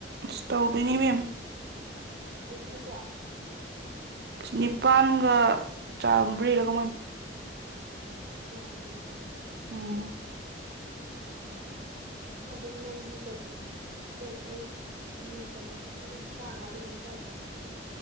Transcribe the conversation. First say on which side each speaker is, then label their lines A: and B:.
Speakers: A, on the right; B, on the right.
A: ꯁꯇꯧꯕꯤꯅꯤꯕꯦꯝ
B: ꯑꯦꯗꯃꯤꯁꯟ ꯀꯌꯥ
A: ꯅꯤꯄꯜꯒ ꯆꯥꯕꯔꯤꯔ ꯀꯥꯏꯅꯤ
B: ꯑ ꯌꯥꯝꯃꯤꯅꯦꯀꯣ
A: ꯎꯝ
B: ꯑꯗꯨꯝ ꯅꯪꯒꯤ ꯀꯩ ꯑꯇꯩ ꯑꯇꯩ ꯃꯤꯡ ꯆꯟꯕ ꯈꯣꯠꯄ ꯑꯗꯨꯝ ꯇꯔꯥꯃꯉꯥꯗꯤ ꯑꯗꯨꯝ ꯆꯪꯈ꯭ꯔꯅꯤ